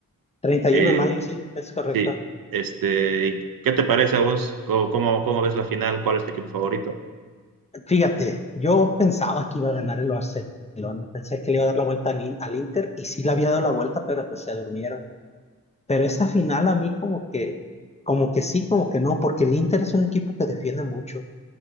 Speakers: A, on the left (about 20°); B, on the right (about 85°).
A: 31
B: Eh,
A: de mayo, sí, es correcto.
B: sí, este, ¿y ¿qué te parece a vos? ¿Cómo, cómo, cómo ves la final? ¿Cuál es tu equipo favorito?
A: Fíjate, yo pensaba que iba a ganar el Barcelona, pensé que le iba a dar la vuelta al, In- al Inter y sí le había dado la vuelta, pero pues se durmieron. Pero esta final a mí como que, como que sí, como que no, porque el Inter es un equipo que defiende mucho, o